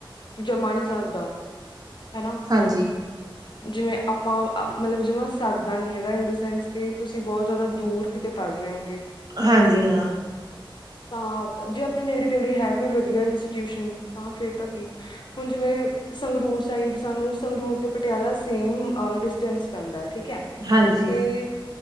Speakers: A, on the left (about 60°); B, on the right (about 45°).
A: ਜਮਾ ਨੀ ਸਰਦਾ। ਹੈਲੋ।
B: ਹਾਂਜੀ
A: ਜਿਵੇਂ ਆਪਾਂ ਮਤਲਬ ਜਿਵੇਂ ਸਰਦਾ ਨੀ ਹੈਗਾ ਇਨ ਦ ਸੈਂਸ ਕਿ ਤੁਸੀਂ ਬੋਤ ਜਾਦਾ ਦੂਰ ਕਿਤੇ ਪਰ ਰੇ ਉਂਗੇ
B: ਹਾਂਜੀ ਹਾਂ।
A: ਤਾਂ ਜੇ ਆਪਨੇ ਨੇੜੇ-ਤੇੜੇ ਹੈ ਕੋਈ ਵਧੀਆ ਇੰਸਟਿਊਸ਼ਨ ਤਾਂ ਫਿਰ ਤਾਂ ਕੀ ਹੁਨ ਜਿਵੇਂ ਸੰਗਰੂਰ ਸਾਈਡ ਸਾਨੂੰ ਸੰਗਰੂਰ ਤੇ ਪਟਿਆਲਾ ਸੇਮ ਡਿਸਟੈਂਸ ਪੈਂਦਾ ਠੀਕ ਐ-
B: ਹਾਂਜੀ
A: ਤੇ